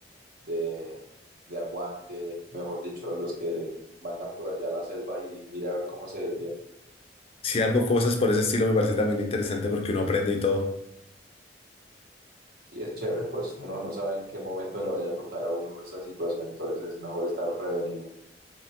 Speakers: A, on the right; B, on the left.
A: de, de aguante, mejor dicho, los que mandan por allá a la selva y mira a ver cómo se defienden.
B: Si algo, cosas por ese estilo me parece también interesante porque uno aprende y todo.
A: Sí, es chévere, pues uno no sabe en qué momento le vaya a tocar a uno esa situación, entonces es mejor estar prevenido.